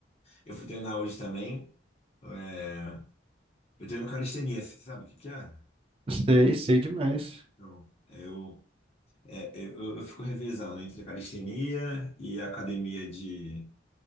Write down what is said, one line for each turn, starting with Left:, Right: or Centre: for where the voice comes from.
Left: Eu fui treinar hoje também. é, Eu treino calistenia, você sabe o que que é?
Right: Sei, sei demais.
Left: Não. Eu, é, é, eu, eu fico revezando entre calistenia e academia de.